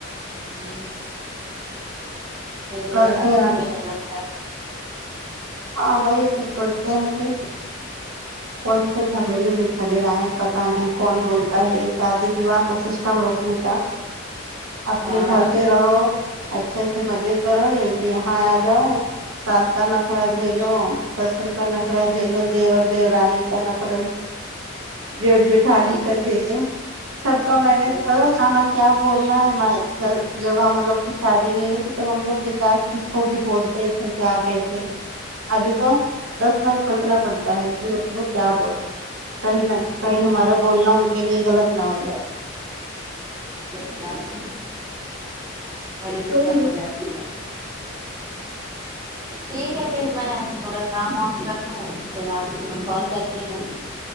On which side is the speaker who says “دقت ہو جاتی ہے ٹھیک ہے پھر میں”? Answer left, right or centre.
Right